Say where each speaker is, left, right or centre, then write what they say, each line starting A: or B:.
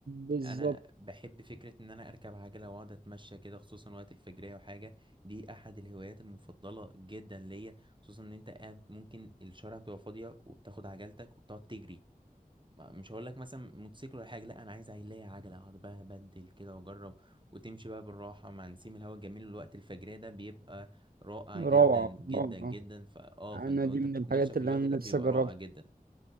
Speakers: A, on the right; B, on the right.
A: بالظبط
B: انا بحب فكرة ان انا اركب عجلة واقعد اتمشى كده خصوصا وقت الفجرية وحاجة دي احد الهوايات المفضلة جدا ليا خصوصا ان انت قاعد ممكن الشارع بتبقى فاضية وبتاخد عجلتك وبتقعد تجري ما- مش هقول لك مثلا موتوسيكل ولا حاجه لا انا عايز عيلية عجله اقعد بقى ابدل كده واجرب وتمشي بقى بالراحه مع نسيم الهواء الجميل الوقت الفجريه ده بيبقى رائع
A: روعة
B: جدا جدا
A: آه،
B: جدا
A: آه.
B: فا اه
A: انا
B: فانت وانت
A: دي من
B: بتتمشى
A: الحاجات
B: في
A: اللي
B: الوقت
A: انا
B: ده بيبقى
A: نفسي اجربها
B: رائع جدا